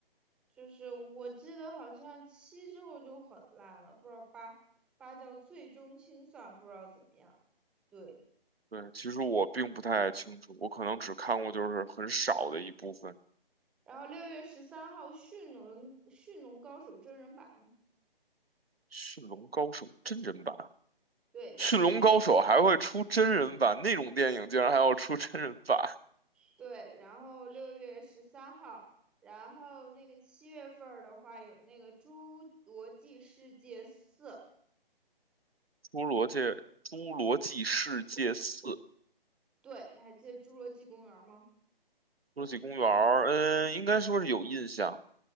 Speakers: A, in the centre; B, on the right.
A: 就是我记得好像七之后就很烂了，不知道八八叫最终清算，不知道怎么样。对，
B: 对，其实我并不太清楚，我可能只看过就是很少的一部分
A: 然后六月十三号《驯龙驯龙高手》真人版，
B: 《驯龙高手》真人版，
A: 对，七月
B: 《驯龙高手》还会出真人版，那种电影竟然还要出真人版，
A: 对，然后六月十三号。然后那个七月份儿的话，有那个《侏罗纪世界四》，
B: 《侏罗界》《侏罗纪世界四》《侏
A: 对，还记得《侏罗纪公园》吗？
B: 罗纪公园》，嗯，应该说是有印象。